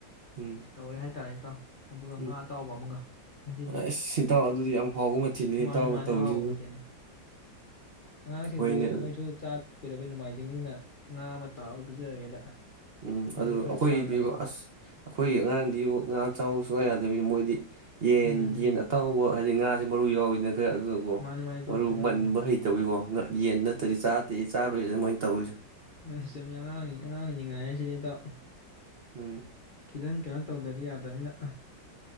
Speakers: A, on the right; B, on the left.
A: ꯎꯝ
B: ꯇꯧꯔꯦ ꯍꯥꯏ ꯇꯔ ꯀꯨꯠꯇ ꯑꯗꯨꯒ
A: ꯎꯝ
B: ꯉꯥ ꯑꯇꯥꯎꯕ ꯑꯃꯒ ꯉꯁꯤꯗꯤ
A: ꯑꯁ ꯏꯇꯥꯎ ꯑꯗꯨꯗꯤ ꯌꯥꯝ ꯍꯥꯎꯕ ꯃꯊꯦꯜꯅꯤ
B: ꯃꯥꯅꯤ
A: ꯏꯇꯥꯎꯅ
B: ꯃꯥꯅꯤ
A: ꯇꯧꯔꯤꯁꯤꯕꯨ
B: ꯑꯍꯥꯎꯕ ꯃꯆꯦꯅꯤ ꯑꯉꯥꯡꯁꯤꯡꯗꯨ
A: ꯍꯣꯏꯅꯦ ꯑꯗꯨ
B: ꯃꯣꯏꯁꯨ ꯆꯥ ꯀꯨꯣꯏꯗ ꯑꯩ ꯅꯣꯡꯃꯥꯏꯖꯤꯡꯅꯤꯅ ꯉꯥ ꯇꯥꯒ ꯄꯤꯖꯔꯒꯦꯗ
A: ꯎꯝ
B: ꯃꯣꯏꯁꯨ
A: ꯑꯗꯨ
B: ꯈꯔ
A: ꯑꯩꯈꯣꯏꯗꯤ
B: ꯆꯥꯅꯕ
A: ꯑꯁ ꯑꯩꯈꯣꯏꯒꯤ ꯑꯉꯥꯡꯗꯤ ꯉꯥ ꯆꯥꯎꯕ ꯁꯨꯡ ꯌꯥꯗꯦ ꯔꯔꯦꯟꯗ꯭ꯔ ꯃꯣꯗꯤ ꯌꯦꯟ
B: ꯎꯝ
A: ꯌꯦꯟ ꯑꯇꯥꯎꯕ ꯍꯥꯏ ꯑ ꯉꯥꯥꯁꯦ ꯃꯔꯨ ꯌꯥꯎꯋꯗꯅ ꯈꯔ ꯑꯗꯨꯅꯀꯣ
B: ꯃꯥꯅꯤ ꯃꯥꯅꯤ ꯏꯇꯥꯎ
A: ꯃꯔꯨ
B: ꯆꯨꯝꯃꯤ
A: ꯃꯟꯕ
B: ꯆꯨꯝꯃꯤ
A: ꯍꯩꯇꯕꯋꯀꯣ ꯌꯦꯟ ꯅꯠꯇ꯭ꯔꯗꯤ ꯆꯥꯗꯦ ꯆꯥꯔꯨꯏꯁꯦ ꯃꯣꯏꯅ ꯇꯧꯔꯤꯁꯦ
B: ꯍꯣꯏ ꯏꯆꯝꯃꯤ ꯑꯉꯥꯡꯅꯤ ꯑꯉꯥꯡꯅꯤ ꯅꯤꯡꯉꯥꯏ ꯍꯥꯏꯁꯤꯗꯤꯗꯥꯎ
A: ꯎꯝ
B: ꯈꯤꯇꯪ ꯀꯩꯅꯣ ꯇꯧꯗꯔꯤ ꯇꯃꯤꯅ